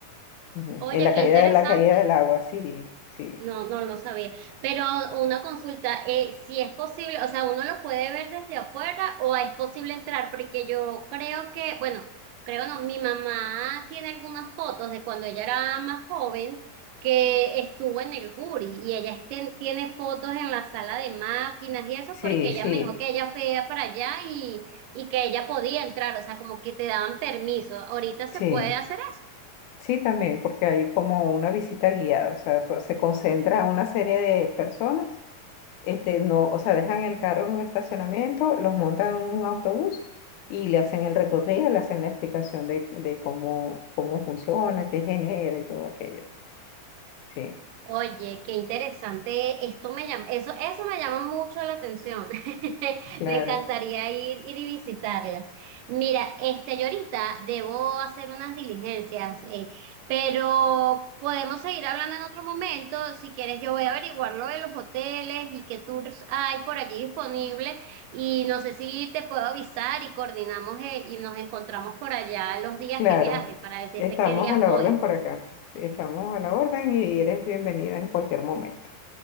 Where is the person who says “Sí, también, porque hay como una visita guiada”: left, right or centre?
Left